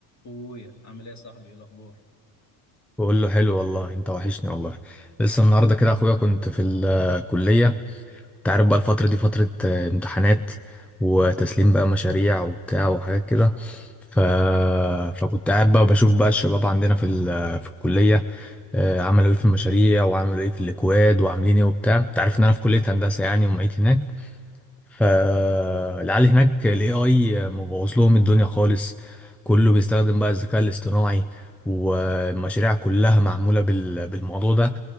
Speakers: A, on the left; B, in the centre.
A: اخويا عامل ايه يا صاحبي ايه الاخبار
B: بقول له حلو والله انت وحشني والله لسه النهارده كده اخويا كنت في الكليه انت عارف بقى الفتره دي فتره آه، امتحانات وتسليم بقى مشاريع وبتاع وحاجات كده ف... فكنت قاعد بقى بشوف بقى الشباب عندنا في ال... في الكليه آه، عملوا ايه في المشاريع وعملوا ايه في الاكواد وعاملين ايه وبتاع انت عارف ان انا في كليه هندسه يعني ومعيد هناك فالعيال هناك ال AI مبوظ لهم الدنيا خالص كله بيستخدم بقى الذكاء الاصطناعي والمشاريع كلها معمولة بال- بالموضوع ده